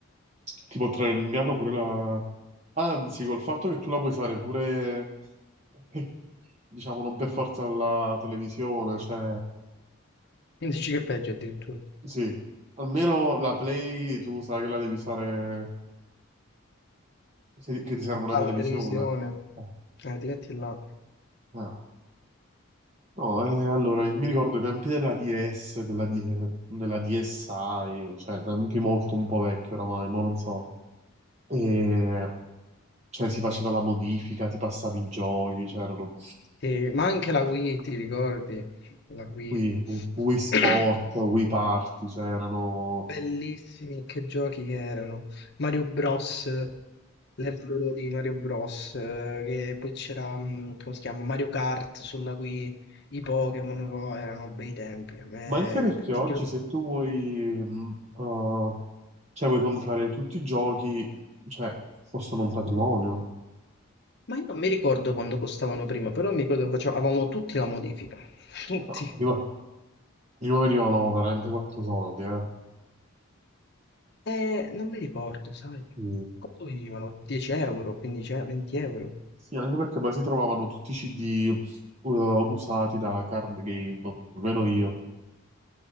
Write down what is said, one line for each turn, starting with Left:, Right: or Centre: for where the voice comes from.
Right: ti può trarre in inganno pure la, Anzi, col fatto che tu la puoi usare pure, <laughs> diciamo, non per forza la televisione, cioè,
Left: dici che è peggio addirittura.
Right: sì, almeno la Play tu sai che la devi usare, se- che ti serve una
Left: Ah,
Right: televisione.
Left: la televisione.
Right: Eh,
Left: Eh, ti metti là.
Right: eh. No, eh, allora, mi ricordo i tempi della DS, della, D- della DSi, cioè, tempi molto un po' vecchi oramai, ma non so. E, cioè, si faceva la modifica, ti passavi i giochi, c'erano...
Left: Sì, ma anche la Wii, ti ricordi? La Wii.
Right: Wii, Wii Sport,
Left: <clears throat> <coughs>
Right: Wii Party, cioè erano...
Left: Bellissimi, che giochi che erano. Mario Bros, l'euro di Mario Bros, eh, che poi c'era, mh, come si chiama, Mario Kart sulla Wii, i Pokémon, oh, erano bei tempi. A me,
Right: Ma anche perché
Left: ti
Right: oggi
Left: giuro,
Right: se tu vuoi, mh, eh, cioè vuoi comprare tutti i giochi, cioè costano un patrimonio.
Left: ma io non mi ricordo quando costavano prima, però mi ricordo che facevamo- avevamo tutti la modifica, <laughs> tutti.
Right: No, prima, prima venivano veramente quattro soldi, eh.
Left: E non mi ricordo, sai,
Right: Sì.
Left: quanto venivano? 10 euro, 15 euro, 20 euro.
Right: Sì, anche perché poi si trovavano tutti i CD eh, usati da card game, almeno io.